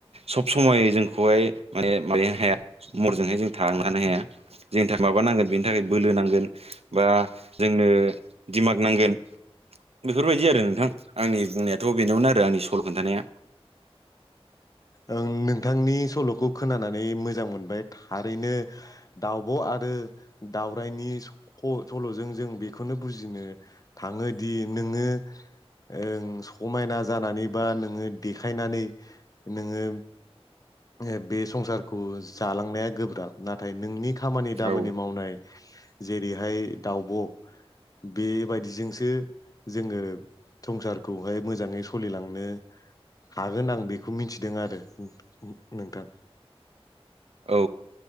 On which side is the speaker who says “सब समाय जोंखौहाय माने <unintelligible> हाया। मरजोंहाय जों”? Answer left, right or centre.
Right